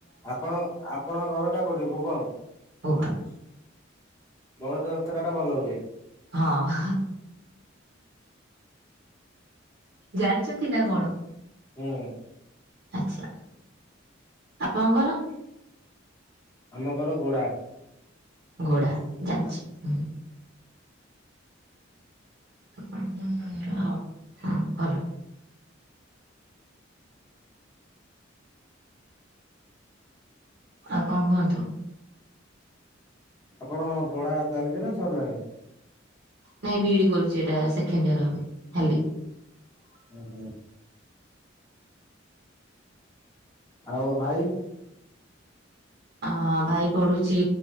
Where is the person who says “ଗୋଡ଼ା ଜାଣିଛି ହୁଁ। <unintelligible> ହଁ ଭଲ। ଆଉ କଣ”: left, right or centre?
Right